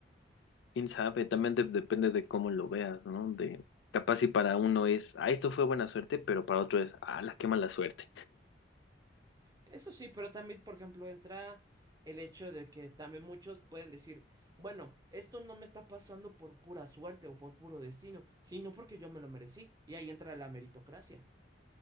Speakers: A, on the left (about 80°); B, on the right (about 20°).
A: Quién sabe, también de- depende de cómo lo veas, ¿no? De capaz si para uno es, ah, esto fue buena suerte, pero para otro es, ah, la qué mala suerte.
B: Eso sí, pero también, por ejemplo, entra el hecho de que también muchos pueden decir, bueno, esto no me está pasando por pura suerte o por puro destino, sino porque yo me lo merecí. Y ahí entra la meritocracia.